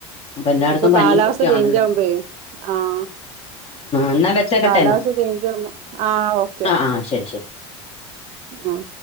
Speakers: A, on the left (about 40°); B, on the right (about 50°).
A: അപ്പൊ എല്ലാടത്തും
B: ഇപ്പൊ
A: പനിയൊക്കെ
B: കാലാവസ്ഥ ചേഞ്ച്
A: ആണല്ലോ
B: ആവുമ്പേ ആഹ്
A: എന്നാ വെ വെച്ചേക്കട്ടെ
B: കാലാവസ്ഥ
A: എന്നാ
B: ചേഞ്ച് ആവുമ്പോ ആഹ് ഓക്കെ
A: ആഹ് ആഹ് ശരി ശരി
B: ആഹ്